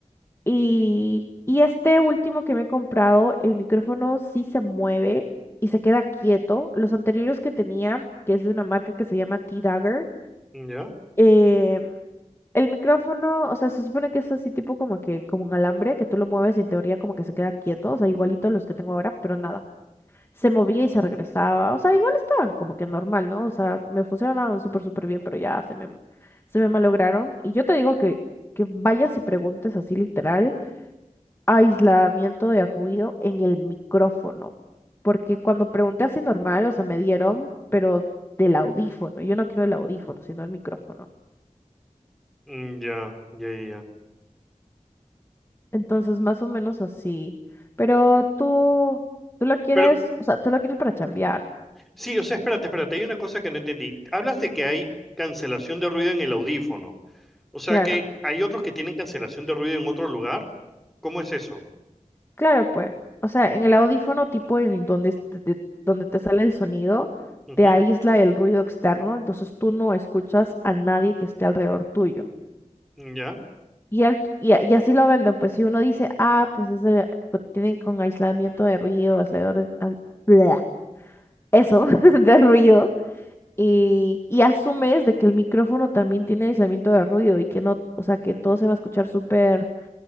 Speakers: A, on the left (about 20°); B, in the centre.
A: Y, y este último que me he comprado, el micrófono sí se mueve y se queda quieto. Los anteriores que tenía, que es de una marca que se llama T-Dagger,
B: Ya,
A: eh, el micrófono, o sea, se supone que es así tipo como que, como un alambre, que tú lo mueves y en teoría como que se queda quieto, o sea, igualito a los que tengo ahora, pero nada, se movía y se regresaba, o sea, igual estaban como que normal, ¿no? O sea, me funcionaban súper, súper bien, pero ya se me, se me malograron. Y yo te digo que, que vayas y preguntes así literal, aislamiento de ruido en el micrófono, porque cuando pregunté así normal, o sea, me dieron, pero del audífono, yo no quiero el audífono, sino el micrófono.
B: mm, ya, ya, ya. ya.
A: Entonces, más o menos así. Pero tú, tú lo quieres,
B: Pero
A: o sea, tú lo quieres para chambear.
B: sí, o sea, espérate, espérate, hay una cosa que no entendí. Hablas de que hay cancelación de ruido en el audífono. O sea
A: Claro,
B: que hay otros que tienen cancelación de ruido en otro lugar. ¿Cómo es eso?
A: claro, pues. O sea, en el audífono tipo en donde, es- te- te- donde te sale el sonido,
B: Ujú,
A: te aísla el ruido externo, entonces tú no escuchas a nadie que esté alrededor tuyo.
B: Ya.
A: Y, al- y, a- y así lo venden, pues si uno dice, ah, pues ese co- tiene con aislamiento de ruido, aislador, de- a- bleh, eso, <laughs> de ruido. y, y asumes de que el micrófono también tiene aislamiento de ruido y que no, o sea, que todo se va a escuchar súper